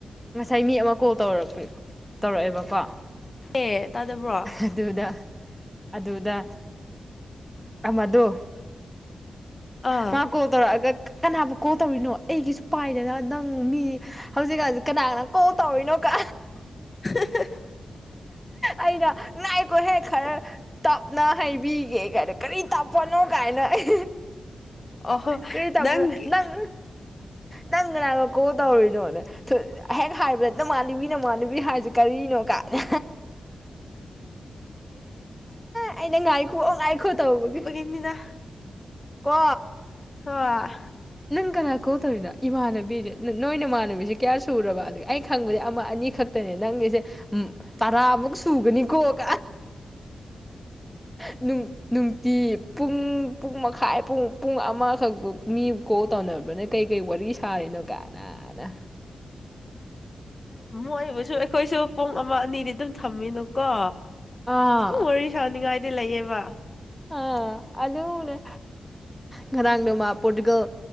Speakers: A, in the centre; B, on the left.
A: ꯉꯁꯥꯏ ꯃꯤ ꯑꯃ ꯀꯣꯜ ꯇꯧꯔꯄꯤ ꯇꯧꯔꯛꯑꯦꯕꯀꯣ
B: ꯑꯦ ꯇꯥꯗꯕ꯭ꯔꯣ
A: ꯑꯗꯨꯗ ꯑꯗꯨꯗ ꯑꯃꯗꯣ
B: ꯑꯥ
A: ꯃꯥ ꯀꯣꯜ ꯇꯧꯔꯛꯑꯒ ꯀꯅꯥꯕꯨ ꯀꯣꯜ ꯇꯧꯔꯤꯅꯣ ꯑꯩꯒꯤꯁꯨ ꯄꯥꯏꯗꯅ ꯅꯪ ꯃꯤ ꯍꯧꯖꯤꯛꯀꯥꯟꯁꯤ ꯀꯅꯥꯅ ꯀꯣꯜ ꯇꯧꯔꯤꯅꯣ ꯀ
B: <unintelligible>
A: ꯑꯩꯅ ꯉꯥꯏꯈꯣꯍꯦꯛ ꯈꯔ ꯇꯞꯅ ꯍꯩꯕꯤꯒꯦ ꯀꯥꯏꯗ ꯀꯔꯤ ꯇꯞ ꯄꯣꯠꯅꯣ ꯀꯥꯏꯅ ꯑꯩ
B: ꯑꯣꯍꯣ
A: ꯀꯔꯤ ꯇꯧꯕꯅꯣ
B: ꯅꯪꯒꯤ
A: ꯅꯪ ꯅꯪ ꯀꯅꯥꯔꯥ ꯀꯣꯜ ꯇꯧꯔꯨꯏ ꯍꯦꯛ ꯍꯥꯏꯕꯗ ꯅꯃꯥꯟꯅꯕꯤ ꯅꯃꯥꯟꯅꯕꯤ ꯍꯥꯖꯦ ꯀꯔꯤꯅꯣ ꯀꯥ <unintelligible> ꯑ ꯑꯩꯅ ꯉꯥꯏꯈꯨꯋꯣ ꯉꯥꯏꯈꯣ ꯇꯧꯕꯒꯤ
B: ꯏꯪꯉꯤꯗ
A: ꯀꯣ
B: ꯍꯣꯏ
A: ꯅꯪ ꯀꯅꯥ ꯀꯣꯜ ꯇꯧꯔꯤꯅꯣ ꯏꯃꯥꯟꯅꯕꯤꯅꯦ ꯅꯣꯏ ꯅꯃꯥꯟꯅꯕꯤꯁꯦ ꯀꯌꯥ ꯁꯨꯔꯕ ꯑꯩꯅ ꯈꯪꯕꯗꯤ ꯑꯃ ꯑꯅꯤꯈꯛ ꯇꯅꯦ ꯅꯪꯒꯤꯁꯦ__ ꯎꯝ ꯇꯔꯥꯃꯨꯛ ꯁꯨꯒꯅꯤꯀꯣ ꯅꯨꯡ ꯅꯨꯡꯇꯤ ꯄꯨꯡ ꯄꯨꯡ ꯃꯈꯥꯏ ꯄꯨꯡ ꯄꯨꯡ ꯑꯃꯈꯛ ꯕꯨ ꯃꯤ ꯀꯣꯜ ꯇꯧꯅꯕꯅ ꯀꯩꯀꯩ ꯋꯥꯔꯤ ꯁꯥꯔꯤꯅꯣ ꯀꯅꯥꯅ__
B: ꯃꯣꯏꯕꯨꯁꯨ ꯑꯩꯈꯣꯏꯁꯨ ꯄꯨꯡ ꯑꯃ ꯑꯅꯤꯗꯤ ꯗꯨꯝ ꯊꯝꯃꯤꯅꯨꯀꯣ
A: ꯑꯥ
B: ꯗꯨꯝ ꯋꯥꯔꯤ ꯁꯅꯤꯡꯉꯥꯏꯗꯤ ꯂꯩꯌꯦꯕ
A: ꯑꯥ ꯑꯗꯨꯅꯦ ꯉꯔꯥꯡ ꯅꯃ ꯄꯣꯔꯗꯤꯒꯜ